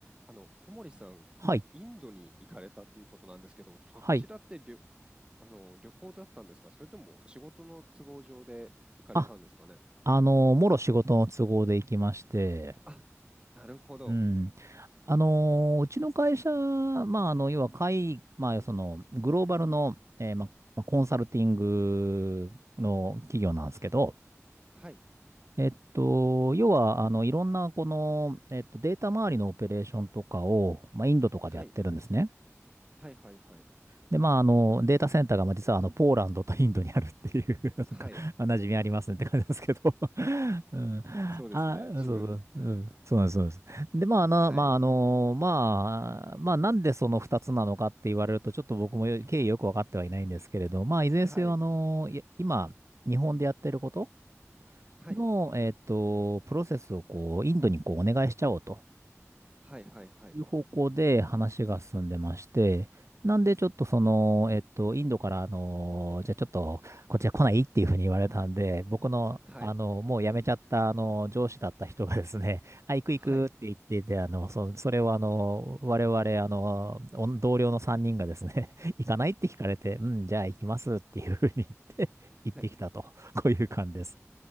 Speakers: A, on the right (about 20°); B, on the right (about 65°).
A: あの、小森さん、
B: はい。
A: あインドに行かれたっていうことなんですけど、そちらって旅
B: はい。
A: あの、旅行だったんですかそれとも仕事の都合上で行かれたんですかね
B: あ、あのー、もろ仕事の都合で行きまして、
A: あ、なるほど。
B: うん。あのー、うちの会社、まあ、あの、要は、会、まあ、その、グローバルの、えーまあ、まあコンサルティングの企業なんですけど、
A: うん。はい。
B: えっと、要は、あの、いろんな、この、えっと、データ周りのオペレーションとかを、まあ、インドとかでやってるんですね。
A: はい。はいはいはい。
B: で、まあ、あの、データセンターが、まあ、実は、あの、ポーランドとインドにあるっていう <laughs> なんか、
A: はい。
B: あ馴染みありますねって感じですけど <laughs> うん。
A: そうですね。
B: あ、
A: 自分。
B: そうそう、うん。そうなんです、そうなんです。で、まあ、なの、
A: はい。
B: まあ、あの、まあ、まあ、なんでその二つなのかって言われると、ちょっと僕もよ経緯よくわかってはいないんですけれど、まあ、
A: はい。
B: いずれにせよ、あの、い今、日本でやってること
A: はい。
B: の、えっと、プロセスを、こう、インドにこう、お願いしちゃおうと。
A: はいはいはい。
B: いう方向で話が進んでまして、なんでちょっとその、えっと、インドから、あの、じゃあちょっと、こっちは来ないっていうふうに言われたんで、僕の、
A: はい。
B: あの、もう辞めちゃった、あの、上司だった人がですね、<laughs> あ、行く行くって言ってて、
A: はい。
B: あの、そ、それをあの、我々、あの、お同僚の3人がですね、<laughs> 行かないって聞かれて、うん、じゃあ行きますっていうふうに言って、<laughs> 行ってきたと、
A: はい
B: こういう感じです。